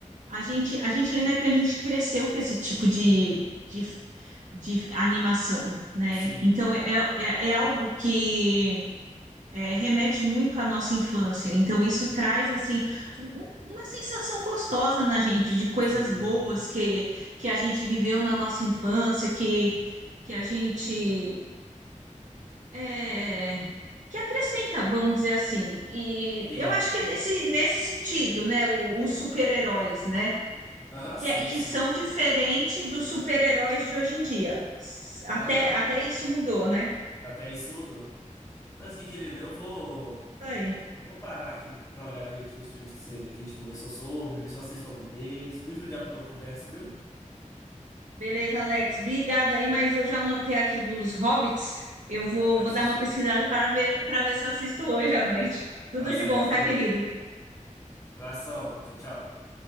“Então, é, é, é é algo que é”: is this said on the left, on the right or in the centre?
Right